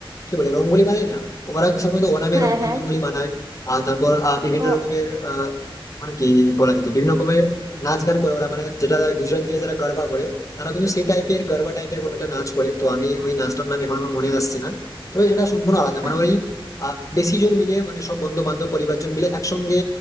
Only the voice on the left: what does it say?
কি বলে রঙ্গোলি বানাই না তো ওরা সাধারণত ওনামে
রঙ্গোলি
টঙ্গলি বানায় আর তারপর আহ, বিভিন্ন
রকমের আহ, মানে কি বলা যেত বিভিন্ন রকমের নাচ গান করে ওরা মানে যেটা গুজরাটিরা যারা গরবা করে তারা কিন্তু সেই টাইপের গরবা টাইপের কোনো একটা নাচ করে তো আমি ওই নাচটার নাম এখন আমার মনে আসছে না তবে সেটা সম্পূর্ণ আলাদা
মানে ওই আহ, বেশি জন মিলে মানে সব বন্ধু বান্ধব পরিবারজন মিলে একসঙ্গে